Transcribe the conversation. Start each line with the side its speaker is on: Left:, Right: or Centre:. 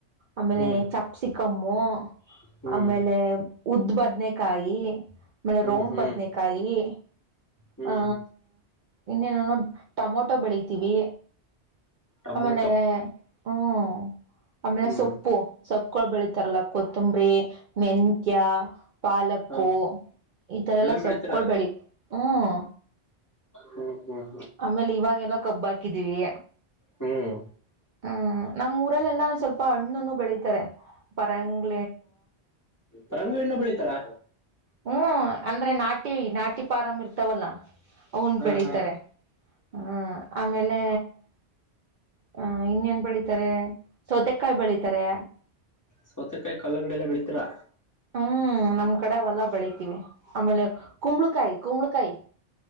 Right: ಆಮೇಲೆ
Left: ಹ್ಮ್
Right: ಚಪ್ಸಿಕಾಮ್ಮು
Left: ಹ್ಮ್
Right: ಆಮೇಲೆ ಉದ್ ಬದನೆಕಾಯಿ ಮೇಲೆ
Left: ಹ್ಮ್
Right: ರೌಂಡ್
Left: ಹ್ಮ್
Right: ಬದನೆಕಾಯಿ
Left: ಹ್ಮ್
Right: ಆ ಇನ್ನೇನೆನೋ ಟೊಮೊಟೊ ಬೆಳಿತೀವಿ.
Left: ಟೊಮೊಟೊ
Right: ಆಮೇಲೆ ಹ್ಮ್ ಆಮೇಲೆ
Left: ಹ್ಮ್
Right: ಸೊಪ್ಪು ಸೊಪ್ಪಗಳು ಬೆಳಿತಾರಲ್ಲ ಕೊತ್ತಂಬರಿ ಮೆಂತ್ಯ ಪಾಲಕ್ಕು
Left: ಹ
Right: ಈತರ
Left: ಎಲ್ಲ
Right: ಎಲ್ಲಾ ಸೊಪ್ಪಕೊಳ್
Left: ಬೆಳಿತೀರ
Right: ಬೆಳಿ ಹ್ಮ್
Left: ಹ್ಮ್ ಹ್ಮ್
Right: ಆಮೇಲೆ ಇವಾಗೆಲ್ಲ ಕಬ್ಬು ಹಾಕಿದೀವಿ.
Left: ಹ್ಮ್
Right: ಹ್ಮ್ ನಮ್ಮೂರಲ್ಲೆಲ್ಲಾ ಸ್ವಲ್ಪ ಹಣ್ಣುನ್ನು ಬೆಳೀತಾರೆ. ಪರಂಗಿ
Left: ಪರಂಗಿ ಹಣ್ಣು ಬೆಳಿತಾರಾ.
Right: ಹ್ಮ್ ಅಂದ್ರೆ ನಾಟಿ ನಾಟಿ ಪಾರಾಮ್ ಇರ್ತಾವಲ್ಲ ಅವನ್
Left: ಹಾ
Right: ಬೆಳೀತಾರೆ.
Left: ಹಾ
Right: ಹ್ಮ ಆಮೇಲೆ ಹ ಇನ್ನೇನ್ ಬೆಳಿತಾರೆ ಸೌತೆಕಾಯಿ ಬೆಳಿತಾರೆ.
Left: ಸೌತೆಕಾಯಿ ಕಲ್ಲಂಡಿ ಎಲ್ಲಾ ಬೆಳಿತಿರಾ.
Right: ಹ್ಮ್ ನಮ್ ಕಡೆ ಅವೆಲ್ಲ ಬೆಳೀತೀವಿ ಆಮೇಲೆ ಕುಂಬಳಕಾಯಿ ಕುಂಬಳಕಾಯಿ.